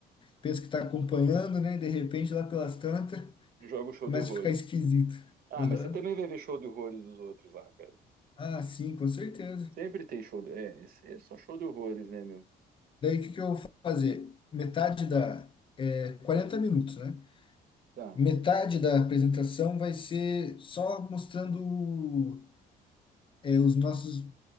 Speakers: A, on the left; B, on the right.
A: pensa que está acompanhando, né? De repente, lá pelas tantas,
B: joga o show
A: começa
B: de horrores.
A: a ficar esquisito.
B: Ah,
A: Aham.
B: mas você também vai ver show de horrores dos outros lá, cara.
A: Ah, sim, com certeza.
B: Sempre tem show de... É, esse é só show de horrores, né, meu?
A: Daí o que que eu vou fazer? Metade da. É, 40 minutos, né?
B: Tá.
A: Metade da apresentação vai ser só mostrando é, os nossos